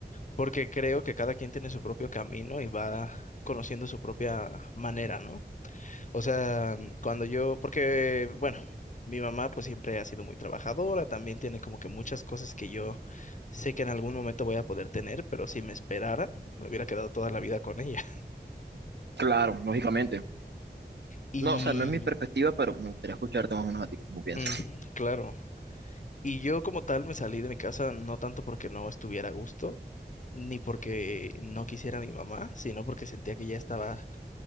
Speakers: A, on the left; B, on the right.
A: porque creo que cada quien tiene su propio camino y va conociendo su propia manera, ¿no? O sea, mm, cuando yo, porque, bueno, mi mamá pues siempre ha sido muy trabajadora, también tiene como que muchas cosas que yo sé que en algún momento voy a poder tener, pero si me esperara, me hubiera quedado toda la vida con ella.
B: Claro, lógicamente.
A: Y
B: No, o sea, no es mi perspectiva, pero me gustaría escucharte más o menos a ti, cómo piensas.
A: mm, claro, y yo como tal me salí de mi casa no tanto porque no estuviera a gusto, ni porque no quisiera a mi mamá, sino porque sentía que ya estaba,